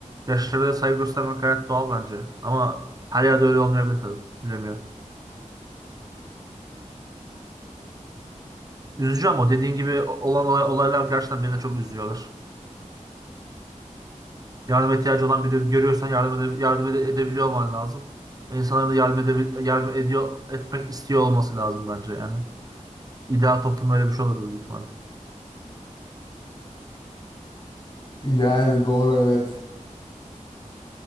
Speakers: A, on the right; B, on the left.
A: yaşlara saygı göstermek gayet doğal bence. Ama her yerde öyle olmayabilir tabii. Bilemiyorum. Üzücü ama dediğin gibi olan olay- olaylar gerçekten beni de çok üzüyorlar. Yardıma ihtiyacı olan biri görüyorsan yardım, ede yardım ede- edebiliyor olman lazım. Ve İnsanların da yardım, edebil yardım ediyor, etmek istiyor olması lazım bence yani. İdeal toplum öyle bir şey olur büyük ihtimalle.
B: Yani doğru evet.